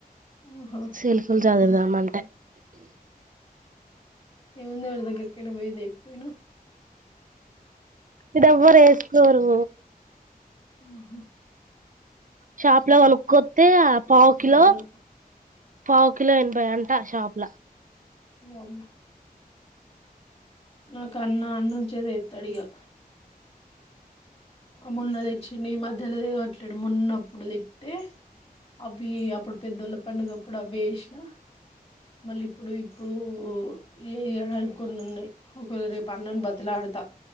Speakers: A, on the left; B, on the right.
A: ఆహా
B: సెల్ఫుల్ చదురుదాం అంటే
A: ఏముంది వాళ్ళ దగ్గరికి ఎటువైతేకపోయినా
B: ఇది ఎవ్వరు ఏస్కోరు
A: ఆహో
B: షాప్ లో వనుక్కొతే ఆ పావు కిలో
A: అన్న
B: పావ్ కిలో ఎభై అంటా షాపుల
A: వామ్మో నాకు అన్న ఆ నుంచే తడిగా ఆ మున్న తెచ్చింది ఈ మధ్యలో తేవట్లే మేము ఉన్నప్పుడు తెత్తే అవి అప్పుడు పెద్దోళ్ళ పండుగప్పుడు అవి వేసినా మళ్ళీ ఇప్పుడు ఇప్పుడు చేయడానికి కొన్ని ఉన్నాయి ఒకేళ రేపు అన్నను బతిలాడతా